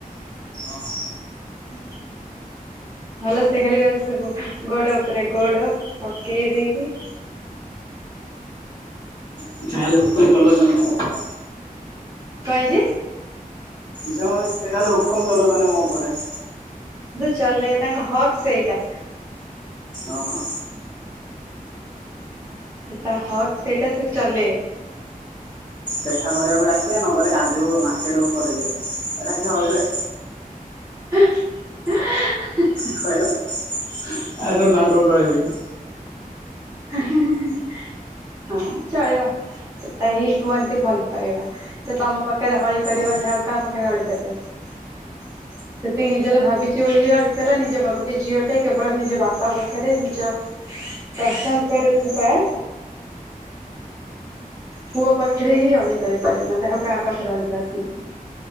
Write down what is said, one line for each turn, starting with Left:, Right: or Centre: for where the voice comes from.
Left: ଓହୋ।
Right: ହ ଭଲ ସିଏ ଖାଲି ସବୁ ଗୋଡ ଉପରେ ଗୋଡ ପକେଇ ଦେଇକି
Left: <inaudible>
Right: କଣ ହେଇଛି?
Left: ସେମାନେ ସେ ଖାଲି ହୁକୁମ ଚଲୁଉଛନ୍ତି ମୋ ଉପରେ।
Right: ହୁକୁମ ଚଳେଇବେ ତାଙ୍କ ହକ୍ ସେଇଟା।
Left: ଓହୋ
Right: ସେଟା ହକ୍ ସେଇଟା ସେ ଚଲେଣି
Left: ଦେଖା କରିବାକୁ ଡାକିଵା ନ ଗଲେ କାନ୍ଦିବ ମାର୍କେଟ ଉପରେ ବି। <unintelligible> ହରିବେ
Right: ହ <unintelligible>
Left: ଖହିଲ ଆ ସରେ ତାଙ୍କୁ କଣ କହବି?
Right: ହଁ ଚଳିବ ସେଟା ହିଁ କୁହନ୍ତି ଭଲ ପାଇବା। ସେ ତମ ପାଖରେ ଅଳି କରିବନି
Left: ଓହୋ
Right: ଆଉ କାହା ପାଖରେ ଅଳି କରିବ। ସେତିକି ନିଜର ଭାବିଛି ବୋଲି ଏକଲା ନିଜ ଗୋଟେ ଝିଅଟେ କେବଳ ନିଜ ବାପା ପାଖରେ ନିଜ ପସନ୍ଦ କରୁଥିବା ପୁଅ ପାଖରେ ହିଁ ଅଳି କରିପାରେ ନାଲେ ଆଉ କାହା ପାଖରେ ଅଳି ପାରେନା।